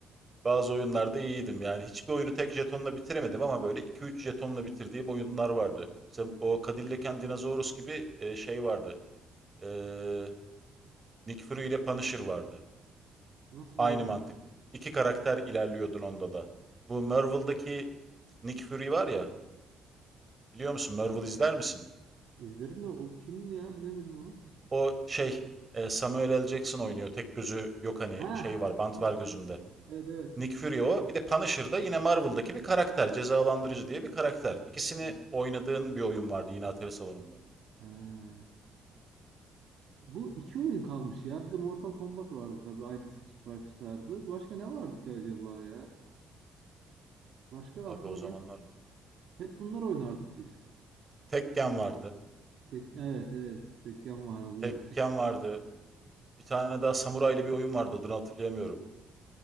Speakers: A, on the right; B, on the right.
A: Bazı oyunlarda iyiydim. Yani hiçbir oyunu tek jetonla bitiremedim ama böyle iki üç jetonla bitirdiğim oyunlar vardı. Mesela o Cadillac and Dinosaurus gibi e, şey vardı. Eee Nick Fury ile Punisher vardı.
B: Nasıl
A: Aynı
B: bir oyundu?
A: mantıklı. İki karakter ilerliyordun onda da. Bu Marvel'daki Nick Fury var ya. Biliyor musun? Marvel izler misin?
B: İzlerim de o kimdi ya bilemedim onu.
A: O şey e, Samuel L. Jackson oynuyor. Tek gözü yok hani
B: Ha,
A: şey var bant
B: tamam.
A: var gözünde.
B: Evet evet.
A: Nick Fury o. Bir de Punisher da yine Marvel'daki bir karakter. Cezalandırıcı diye bir karakter. İkisini
B: Hı.
A: oynadığın bir oyun vardı yine atari salonunda.
B: Ha. Bu iki oyun kalmış ya. Bir de Mortal Kombat vardı tabii aynı Street Fighter tarzı. Başka ne vardı ki acaba ya? Başka aklıma
A: Abi o zamanlar
B: gel. Hep bunlar oynardık biz.
A: Tekken vardı.
B: Tek, evet evet. Tekken vardı
A: Tekken
B: doğru. Tek,
A: vardı. Bir tane daha samuraylı bir oyun vardı adını hatırlayamıyorum.